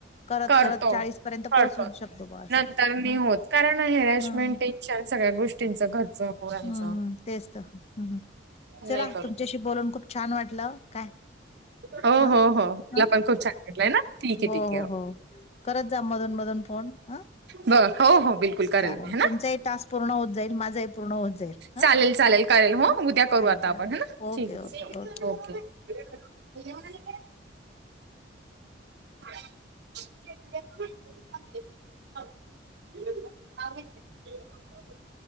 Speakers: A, on the left (about 35°); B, on the right (about 65°).
A: करत
B: करतो,
A: -करत चाळीस पर्यंत
B: करतो.
A: पोहोचू शकतो ब असं
B: नंतर नाही
A: ह,
B: होत कारण हॅरॅशमेंट,
A: हम्.
B: सगळ्या गोष्टींचं घरचं पोरांचं.
A: हम्म तेच तर हम्म, चला
B: नाही करू.
A: तुमच्याशी बोलून खूप छान वाटलं काय
B: हो,
A: हा
B: हो, हो. मला
A: हा
B: पण खूप छान वाटलंय ना. ठीक आहे,
A: हो
B: ठीक आहे.
A: हो हो. करत जा मधून मधून फोन ह
B: बरं हो, हो बिलकुल करेल
A: चालेल
B: मी है ना.
A: तुमचाही टास्क पूर्ण होत जाईल. माझाही पूर्ण हो जाईल ह
B: चालेल, चालेल करेल हो. उद्या
A: चालेल
B: करू आता
A: चालेल
B: आपण है ना.
A: ओके
B: ठीक आहे,
A: ओके
B: ठीक
A: ओके.
B: <inaudible> <inaudible> <inaudible>